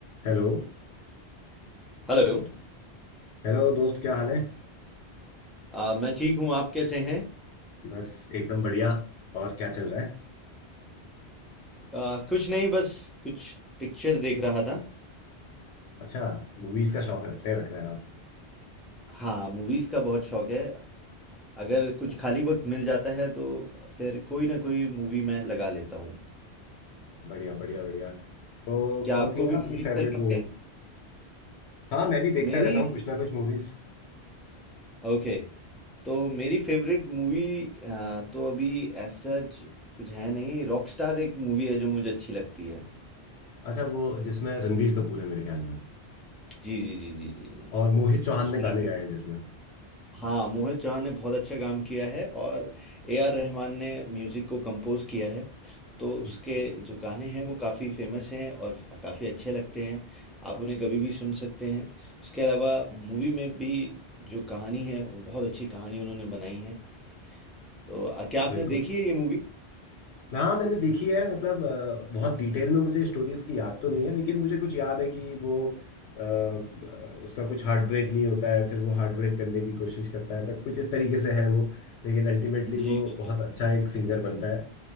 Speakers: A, on the left (about 85°); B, in the centre.
A: हेलो
B: Hello
A: हेलो दोस्त क्या हाल है
B: अ, मैं ठीक हूँ आप कैसे हैं
A: बस एकदम बढ़िया और क्या चल रहा है
B: अ, कुछ नहीं बस कुछ पिक्चर देख रहा था
A: अच्छा मूवीज का शौक रखते हैं लग रहा है आप
B: हाँ मूवीज का बहुत शौक है अगर कुछ
A: तो
B: खाली वक्त मिल जाता है तो फिर कोई ना कोई मूवी मैं लगा लेता हूँ
A: बढ़िया बढ़िया बढ़िया तो
B: क्या
A: कौन
B: आपको
A: सी है
B: भी
A: आपकी
B: मूवीज
A: फेवरेट
B: का शौक
A: मूवी
B: है
A: हाँ मैं भी देखता
B: मेरी
A: रहता हूँ कुछ ना कुछ मूवीज
B: ओके तो मेरी फेवरेट मूवी तो अभी ऐसा ज- कुछ है नहीं रॉकस्टार एक मूवी है जो मुझे अच्छी लगती है
A: अच्छा वो जिसमें रणवीर कपूर है मेरे ख्याल में
B: जी जी जी जी जी जी
A: और मोहित चौहान
B: उसमें
A: ने गाने गाए हैं जिसमें
B: हाँ मोहित चौहान ने बहुत अच्छा काम किया है और ए आर रहमान ने म्यूज़िक को कंपोज किया है तो उसके
A: हम्म हम्म,
B: जो गाने हैं वो काफ़ी फेमस हैं और काफ़ी अच्छे लगते हैं आप उन्हें कभी भी सुन सकते हैं उसके अलावा मूवी में भी जो कहानी है वो बहुत अच्छी कहानी उन्होंने बनाई है तो आ, क्या आपने
A: बिल्कुल
B: देखी है ये मूवी
A: हाँ मैंने देखी है मतलब अ, बहुत डिटेल में मुझे स्टोरी उसकी याद तो नहीं है लेकिन मुझे कुछ याद है कि वो अ, अ, उसका कुछ हार्ट ब्रेक नहीं होता है फिर वो हार्ट ब्रेक करने की कोशिश करता है बट कुछ इस तरीके से है वो लेकिन अल्टीमेटली
B: जी
A: वो
B: बिल्कुल।
A: बहुत अच्छा एक सिंगर बनता है